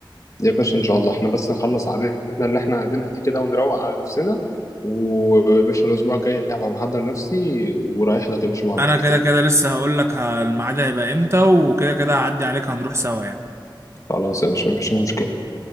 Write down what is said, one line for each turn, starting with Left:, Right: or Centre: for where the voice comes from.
Left: يا باشا ان شاء الله احنا بس نخلص عادتنا اللي احنا قاعدينها دي كده ونروق على نفسنا ويا باشا الاسبوع الجاي هبقى محضر نفسي ورايح لك يا باشا معرض
Right: انا
Left: الكتاب
Right: كده كده لسه هقول لك الميعاد هيبقى امتى وكده كده هعدي عليك هنروح سوا يعني
Left: خلاص يا باشا مفيش اي مشكله